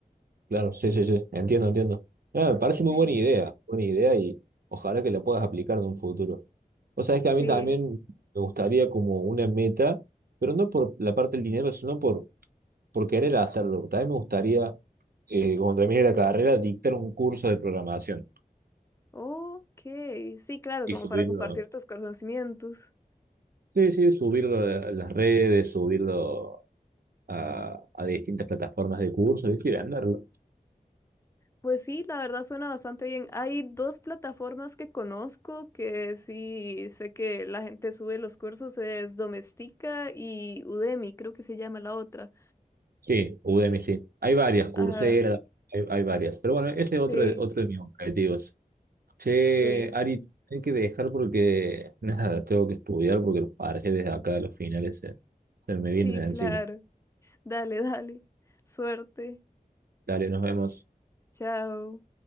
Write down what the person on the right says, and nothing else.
claro, sí, sí, sí, entiendo, entiendo. Ah, me parece
muy buena idea, buena idea y ojalá que la puedas aplicar en un futuro. O sea, es que
a mí también me gustaría como una meta, pero no por la parte del dinero, sino por, por querer hacerlo. También me gustaría, eh, cuando termine la carrera, dictar un curso de programación
y
subirlo.
Sí, sí, subirlo a las redes, subirlo a, a distintas plataformas de curso, ¿viste? Y venderlo.
Sí, Udemy, sí. Hay varias, Coursera,
hay, hay varias. Pero bueno, ese es otro,
de- otro de mis objetivos. Che,
Ari, hay que dejar porque nada, tengo que estudiar porque los parciales de acá, los finales se, se me vienen
encima.
Dale, nos vemos.